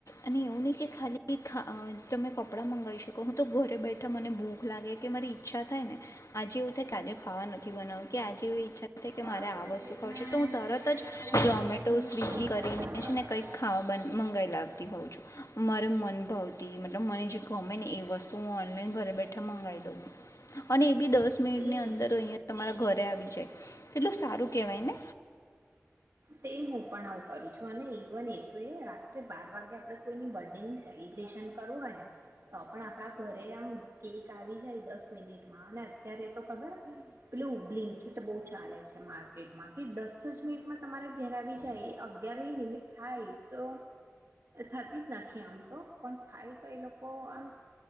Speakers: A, on the left (about 80°); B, on the right (about 65°).
A: અને એવું નહીં કે ખાલી ખા અહ તમે કપડાં મંગાવી શકો હું તો ઘરે બેઠા મને ભૂખ લાગે કે મારી ઈચ્છા થાય ને આજે એવું થાય કાલે ખાવા નથી બનાવ્યું કે આજે એવી ઈચ્છા સાથે કે
B: બાળકોને
A: મારે આ વસ્તુ
B: ચેતના
A: ખાઉ છે તો
B: એમ
A: હું તરત
B: કે મારા
A: જ
B: લોકો
A: ઝોમેટો,
B: નથી
A: સ્વગી કરીને
B: પામેલા
A: ને કઈક ખાવા મંગાવ લાવતી હોઉં છું. મારે અનુભવતી મતલબ મને જે ગમે ને એ વસ તું ઓનલાઈન ઘરે બેઠા મંગાઈ અને એ બી દસ મિનિટ
B: સેમ
A: ની અંદર અહ તમારા ઘર દે આવી જાય એટલું સારું કેવાય ને.
B: સેમ હો. પણાવું કરું છું અને ઇવન એ તો એ રાત્રે બાર વાગે આપડે કોઈની બર્થ ડે ની સેલિબ્રેશન કરવું હોય ને તો પણ આપણા ઘરે આમ કેક આવી જાય દસ મિનિટમાં અને અત્યારે તો ખબર પેલ બલિકીટ બહુ ચાલે છે માર્કેટમાં કે દસ જ મિનિટમાં ઘેર આવી જાય અગિયારમી મિનિટ થાય તો થતી જ નથી આમ તો પણ થાય તો એ લોકો આમ